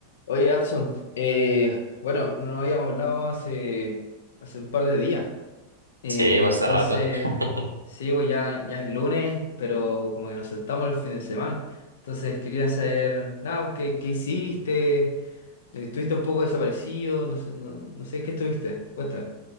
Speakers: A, on the left; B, on the right.
A: Oye, Adson, eh, bueno, no habíamos hablado hace, hace un par de días. Eh,
B: Sí, fue hace
A: entonces,
B: rato. <laughs>
A: sí, pues ya, ya es lunes, pero como que nos saltamos el fin de semana. Entonces, quería saber, nada, pues, ¿qué, qué hiciste? ¿Estuviste un poco desaparecido? No sé, no, no sé qué estuviste. Cuéntame.